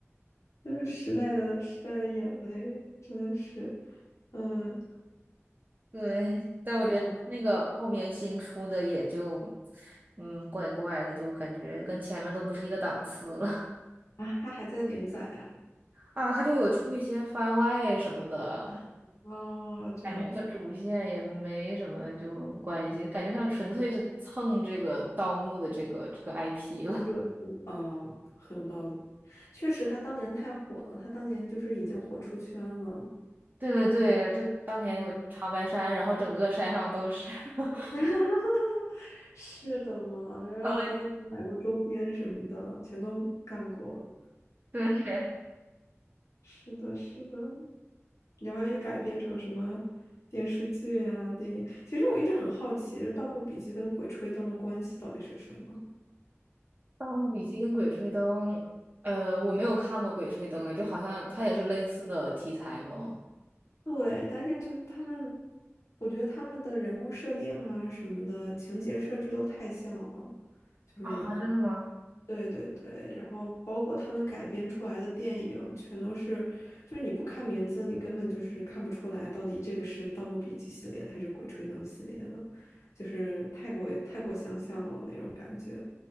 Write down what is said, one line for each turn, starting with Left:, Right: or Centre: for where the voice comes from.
Left: <laughs> 就是时代的时代的眼泪，真的是，嗯，
Right: 对，但我觉得那个后面新出的也就，
Left: 还好
Right: 嗯，怪怪的，就感觉跟前面都不是一个档次了
Left: 啊，他还在连载啊，
Right: <laughs> 啊，它就有出一些番外什么的，
Left: 哦，这样子。
Right: 感觉和主线也没什么就关系，感觉像纯粹是蹭这个盗墓的这个这个 IP 了。
Left: 热度啊，
Right: <laughs>
Left: 很有道理。确实，他当年太火了，他当年就是已经火出圈了。
Right: 对对对，就当年我去长白山，
Left: 嗯，
Right: 然后整个山上都是。<laughs>
Left: <laughs> 是的嘛。然后我当年还买过周边什么的，
Right: 好嘞，
Left: 全都干过。
Right: 对，
Left: 是的，是的。然后又改编成什么电视剧啊、电影。其实我一直很好奇，《就《盗墓笔记》跟《鬼吹灯》的关系到底是什么？
Right: 《盗墓笔记》跟《鬼吹灯》，呃，我没有看过《鬼吹灯》哎，就好像它也是类似的题材吗？
Left: 对，但是这他们，我觉得他们的人物设定啊什么的情节设置都太像了，就是
Right: 啊，真的吗？
Left: 对对对，然后包括他们改编出来的电影，全都是，就是你不看名字，你根本就是看不出来到底这个是《盗墓笔记》系列的还是《鬼吹灯》系列的，就是太过太过相像了那种感觉。